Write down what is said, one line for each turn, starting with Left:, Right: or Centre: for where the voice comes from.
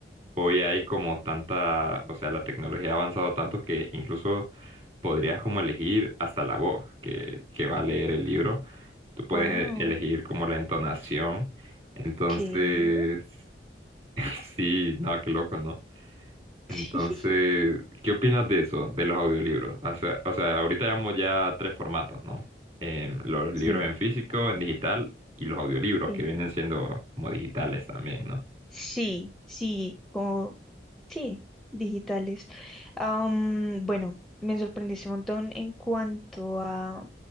Right: Hoy hay como tanta, o sea, la tecnología ha avanzado tanto que incluso podrías como elegir hasta la voz que, que va a leer el libro. Tú puedes
Centre: Wow.
Right: e- elegir como la entonación. Entonces,
Centre: ¿Qué?
Right: <laughs> sí, no, qué loco, ¿no? Entonces,
Centre: <laughs>
Right: ¿qué opinas de eso, de los audiolibros? O sea, o sea, ahorita llevamos ya tres formatos, ¿no? Em, los
Centre: Sí,
Right: libros
Centre: sí,
Right: en físico, en digital y los audiolibros
Centre: sí.
Right: que vienen siendo como digitales también, ¿no?
Centre: Sí, sí, como Sí, digitales. Am, bueno, me sorprendiste un montón en cuanto a